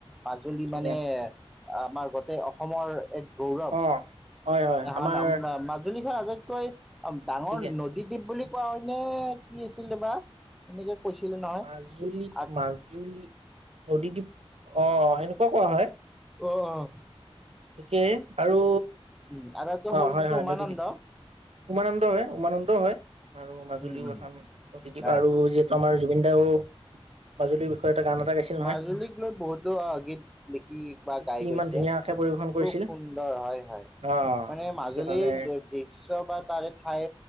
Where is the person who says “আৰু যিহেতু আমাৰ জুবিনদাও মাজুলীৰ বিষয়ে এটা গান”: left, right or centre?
Right